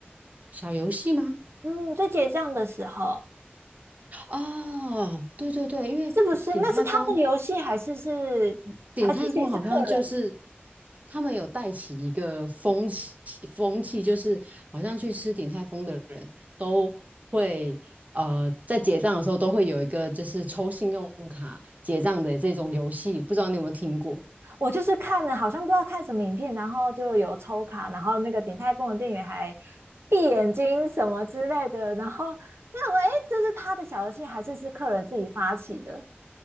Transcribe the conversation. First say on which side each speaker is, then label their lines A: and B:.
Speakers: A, on the right (about 40°); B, on the right (about 80°).
A: 小游戏吗？
B: 嗯，在结账的时候，
A: 哦，对对对，因为鼎泰丰
B: 是不是？那是他的游戏，还是是还是其实是客人？
A: 鼎泰丰好像就是他们有带起一个风气，风气就是好像去吃鼎泰丰的人都会呃在结账的时候都会有一个就是抽信用卡结账的这种游戏，不知道你有没有听过？
B: 我就是看了，好像不知道看什么影片，然后就有抽卡，然后那个鼎泰丰的店员还闭眼睛什么之类的，然后那我哎，诶这是他的小游戏，还是是客人自己发起的？